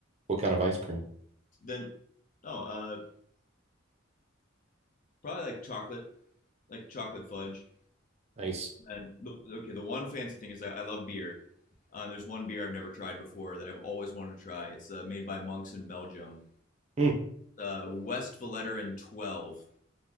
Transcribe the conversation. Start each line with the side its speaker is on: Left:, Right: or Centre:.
Right: What kind of ice cream?
Left: Then oh, uh, probably like chocolate like chocolate fudge.
Right: Nice.
Left: And the, okay, the one fancy thing is that I love beer. Uh, there's one beer I've never tried before that I've always wanted to try. It's uh, made by monks in Belgium,
Right: Mm,
Left: uh, West Vellerin 12.